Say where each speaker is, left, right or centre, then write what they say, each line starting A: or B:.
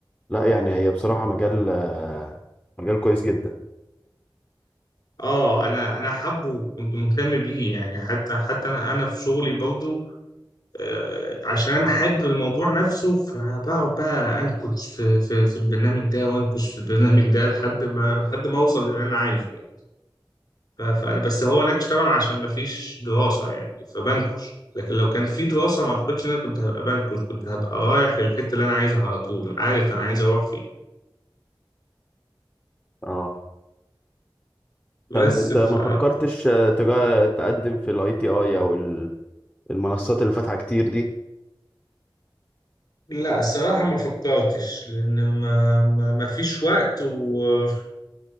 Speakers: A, on the left; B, on the left.
A: لا يعني هي بصراحة مجال آه، مجال كويس جدا
B: اه انا انا حابه وكنت مهتم بيه يعني حتى حتى انا انا في شغلي برضه آه، عشان انا حابب الموضوع نفسه فبقعد بقى انكش في في في البرنامج ده وانكش في البرنامج ده لحد ما لحد ما اوصل للي انا عايزه يعني ف- فانا بس هو نكش طبعا عشان ما فيش دراسه يعني فبنكش لكن لو كان في دراسه ما اعتقدش ان انا كنت هبقى بنكش كنت هبقى رايح للحته اللي انا عايزها على طول عارف انا عايز اروح فين
A: اه
B: بس
A: طب انت
B: ف
A: ما فكرتش آه، تجا- تقدم في الاي تي اي او ال- المنصات اللي فاتحة كتير دي
B: لا الصراحة ما فكرتش لأن ما ما ما فيش وقت والشغل